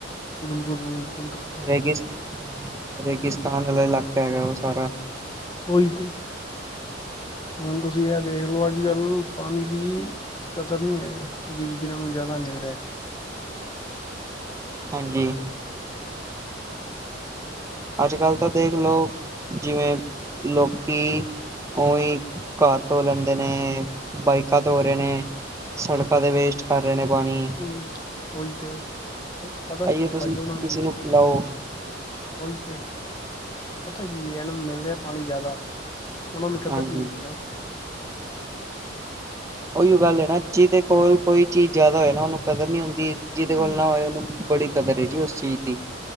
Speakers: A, on the left; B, on the right.
A: ਬਿਲਕੁਲ ਜੀ ਬਿਲਕਲ।
B: ਰੇਗਿਸਤ ਹਾਂ ਰੇਗਿਸਤਾਨ ਵਾਲਾ ਇਲਾਕਾ ਹੈਗਾ ਉਹ ਸਾਰਾ।
A: ੳਈ ਤੇ- ਹੁਣ ਤੁਸੀਂ ਇਹ ਦੇਖ ਲਓ ਅੱਜ ਕੱਲ ਪਾਣੀ ਦੀ- ਕਤਰ ਨਹੀਂ ਹੈ। ਜਿਹਨ੍ਹਾਂ ਨੂੰ ਜ਼ਿਆਦਾ ਮਿਲਦਾ।
B: ਹਾਂਜੀ ਅੱਜ ਕੱਲ੍ਹ ਤਾਂ ਦੇਖ ਲਓ ਜਿਵੇਂ ਲੋਕੀ ਉਹੀ ਕਾਰ ਧੋ ਲੈਂਦੇ ਨੇ, ਬਾਈਕਾਂ ਧੋਂ ਹੋ ਰਹੇ ਨੇ। ਸੜਕਾਂ ਤੇ ਵੇਸਟ ਕਰ ਰਹੇ ਨੇ ਪਾਣੀ।
A: ਹਮ ਉਹੀ ਤੇ, ਪਤਾ
B: ਆਈਏ
A: ਕੀ
B: ਤੁਸੀਂ
A: ਹੈ ਭਾਜੀ ਉਹਨਾ ਨੂੰ
B: ਕਿਸੇ ਪਿਲਾਓ
A: ਉਹੀ ਤੇ, ਪਤਾ ਕੀ ਇਹਨਾਂ ਨੂੰ ਮਿਲ ਰਿਹਾ ਪਾਣੀ ਜ਼ਿਆਦਾ। ਉਹਨਾਂ ਨੂੰ ਕਦਰ
B: ਹਾਂਜੀ
A: ਨਹੀਂਣਾ।
B: ਉਹੀ ਗੱਲ ਹੈ ਨਾ ਜਿਹਦੇ ਕੋਲ ਕੋਈ ਚੀਜ਼ ਜ਼ਿਆਦਾ ਹੋਏ ਨਾ ਉਹਨੂੰ ਕਦਰ ਨੀ ਹੁੰਦੀ। ਜਿਹਦੇ
A: ਹਮ
B: ਕੋਲ ਨਾ ਹੋਏ ਉਹਨੂੰ ਬੜੀ ਕਦਰ ਹੈ ਜੀ ਉਸ ਚੀਜ਼ ਦੀ।